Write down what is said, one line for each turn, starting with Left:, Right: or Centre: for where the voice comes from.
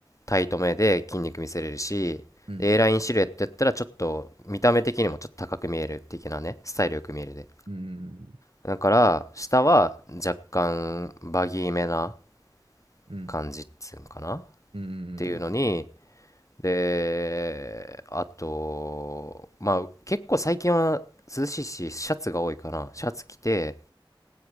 Left: タイトめで筋肉見せれるし
Right: うん、
Left: A ラインシルエットやったらちょっと見た目的にもちょっと高く見える的なねスタイルよく見えるで
Right: うん、
Left: だから下は若干バギーめな
Right: うん、
Left: 感じっつうんかなっ
Right: うん、
Left: ていうのにで、あと、まあ、結構最近は涼しいし、シャツが多いから、シャツ着て、